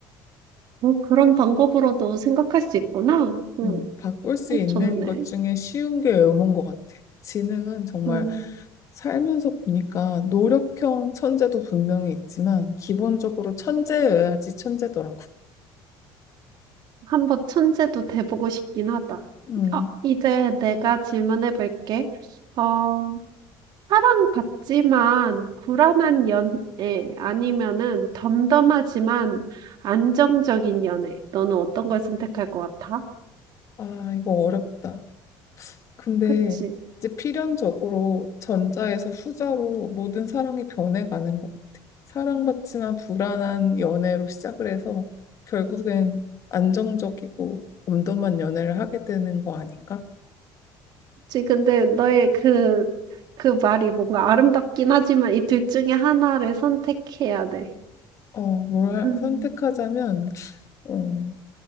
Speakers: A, on the right (about 55°); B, on the left (about 35°).
A: 뭐 그런 방법으로도 생각할 수 있구나. 음,
B: 음, 바꿀 수 있는
A: 좋네.
B: 것 중에 쉬운 게 외모인 것 같아. 지능은 정말
A: 음,
B: 살면서 보니까 노력형 천재도 분명히 있지만 기본적으로 천재여야지 천재더라고.
A: 한번 천재도 돼보고 싶긴 하다.
B: 음,
A: 어, 이제 내가 질문해 볼게. 어, 사랑받지만 불안한 연애 아니면은 덤덤하지만 안정적인 연애. 너는 어떤 걸 선택할 것 같아?
B: 아, 이거 어렵다. 근데
A: 그치?
B: 이제 필연적으로 전자에서 후자로 모든 사랑이 변해가는 것 같아. 사랑받지만 불안한 연애로 시작을 해서 결국엔 안정적이고 덤덤한 연애를 하게 되는 거 아닌가?
A: 그치? 근데 너의 그, 그 말이 뭔가 아름답긴 하지만 이 둘 중에 하나를 선택해야 돼.
B: 어, 뭘
A: 음,
B: 선택하자면, 어,